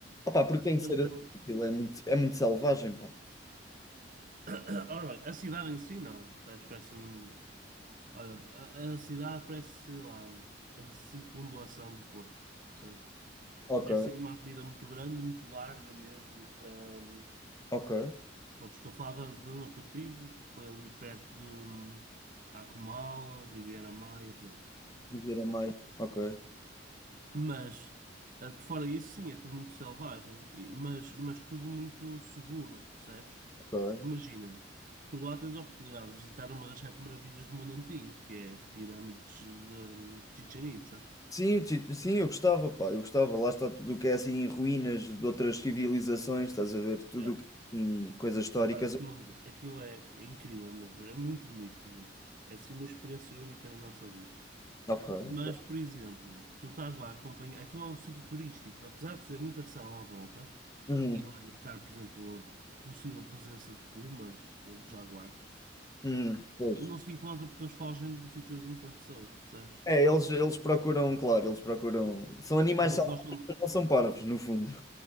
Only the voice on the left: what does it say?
Opá, porque
tem que ser assim, aquilo é muito, é muito selvagem, pá.
Ok,
ok.
Viver
a mais. Ok,
ok.
Sim, ti- sim, eu gostava, pá, eu gostava. Lá está tudo o que é assim, ruínas de outras civilizações, estás a ver? Tudo
o que tem coisas históricas.
Ok, ok.
Uhum,
uhum, pois.
É, eles, eles procuram, claro, eles procuram. São animais
selvagens,
não são parvos, no fundo. <laughs>